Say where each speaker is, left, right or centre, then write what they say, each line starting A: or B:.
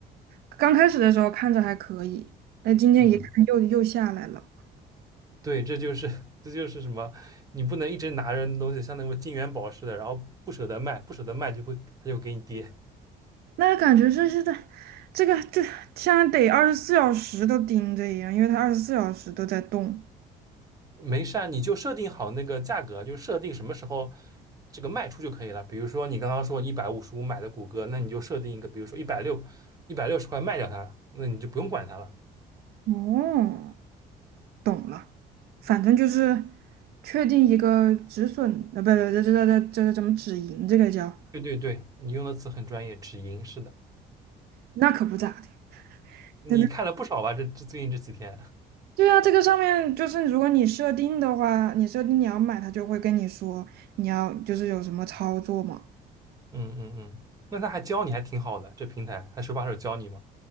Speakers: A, on the right; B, on the right.
A: 刚开始的时候看着还可以，那今天一看又又下来了。
B: 嗯。对，这就是 <laughs> 这就是什么？你不能一直拿着那东西，像那个金元宝似的，然后不舍得卖，不舍得卖就会它就给你跌。
A: 那感觉就是在这个就像得二十四小时都盯着一样，因为它二十四小时都在动。
B: 没事啊，你就设定好那个价格，就设定什么时候这个卖出就可以了。比如说你刚刚说一百五十五买的谷歌，那你就设定一个，比如说一百六一百六十块卖掉它，那你就不用管它了。
A: 哦，懂了，反正就是确定一个止损，呃，不对，这这这这这怎么止盈？这个叫
B: 对对对，你用的词很专业，止盈是的，
A: 那可不咋的，
B: 你看了不少吧？
A: 真的。
B: 这这最近这几天，
A: 对啊，这个上面就是如果你设定的话，你设定你要买，它就会跟你说你要就是有什么操作嘛。
B: <laughs> 嗯嗯嗯，那他还教你还挺好的，这平台还手把手教你吗？